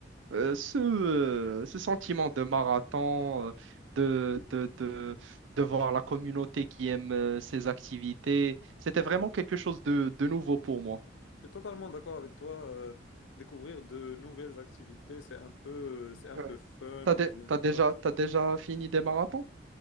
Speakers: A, on the right; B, on the left.
A: euh, ce, euh, ce sentiment de marathon, euh, de, de, de, de voir la communauté qui aime euh, ces activités. C'était vraiment quelque chose de, de nouveau pour moi.
B: Je suis totalement d'accord avec toi. euh, découvrir de nouvelles activités, c'est un peu, c'est un
A: Ouais.
B: peu fun
A: T'as dé-
B: ou bien.
A: t'as déjà,
B: ouais.
A: t'as déjà fini des marathons?